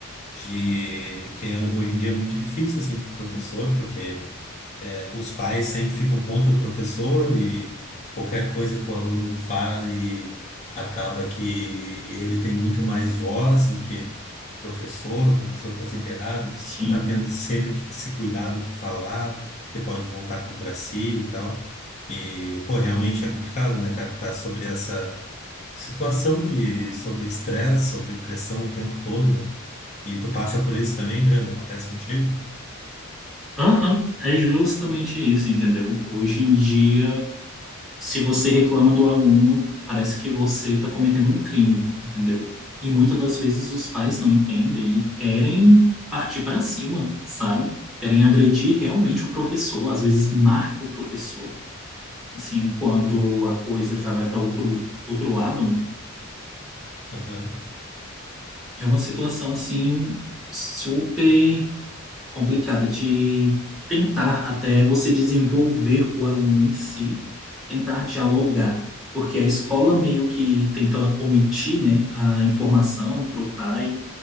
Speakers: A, on the left; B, in the centre.
A: de que hoje em dia é muito difícil assim para o professor, porque é, os pais sempre ficam contra o professor e qualquer coisa que o aluno fale acaba que ele tem muito mais voz do que o professor, o professor está sempre errado,
B: Sim.
A: está tendo sempre que se cuidar do que falar, que pode voltar contra si e tal. E, pô, realmente é complicado, né, cara, tá sobre essa situação de sobre estresse, sobre pressão o tempo todo, né? E tu passa por isso também, Brenda? Acontece contigo?
B: Aham, é justamente isso, entendeu? Hoje em dia se você reclama do aluno, parece que você está cometendo um crime, entendeu? E muitas das vezes os pais não entendem e querem partir para cima, sabe? Querem agredir realmente o professor, às vezes marca o professor, assim, quando a coisa já vai para outro, outro lado, né?
A: Aham.
B: É uma situação, assim, super complicada de tentar até você desenvolver o aluno em si, tentar dialogar, porque a escola meio que tenta omitir, né, a informação para o pai.